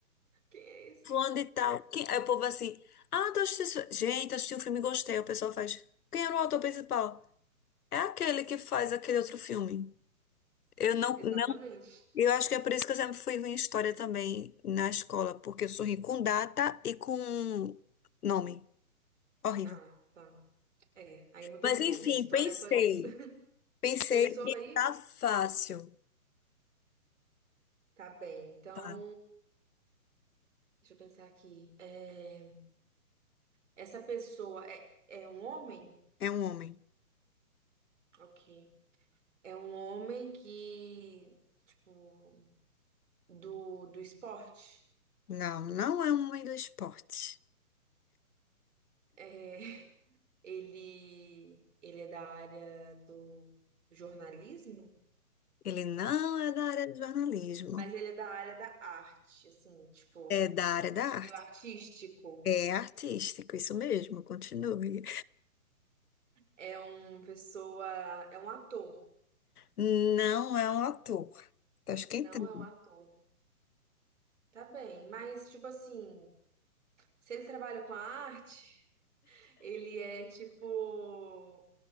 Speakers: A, on the right; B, on the left.
A: quem é esse?
B: Fulano de tal. Quem... Aí o povo é assim, ah, tô assistindo... Gente, assisti um filme e gostei. O pessoal faz, quem era o autor principal? É aquele que faz aquele outro filme. Eu não,
A: Exatamente.
B: não. Eu acho que é por isso que eu sempre fui ruim em história também na escola, porque eu sou ruim com data e com nome. Horrível.
A: Ah, tá. É, aí não tem
B: Mas
A: como,
B: enfim,
A: né? História
B: pensei.
A: é só isso. <laughs>
B: Pensei
A: Pensou
B: que
A: aí?
B: tá fácil.
A: Tá bem. Então,
B: Tá.
A: deixa eu pensar aqui. É, essa pessoa é, é um homem?
B: É um homem.
A: Ok. É um homem que, tipo, do, do esporte?
B: Não, não é um homem do esporte.
A: É. Ele, ele é da área do jornalismo,
B: Ele não é da área do jornalismo.
A: mas ele é da área da arte, assim, tipo,
B: É da área da arte.
A: do meio artístico.
B: É artístico, isso mesmo, continue.
A: É uma pessoa, é um ator,
B: Não é um ator. Tá esquentando.
A: não é um ator. Tá bem, mas tipo assim, se ele trabalha com a arte, ele é tipo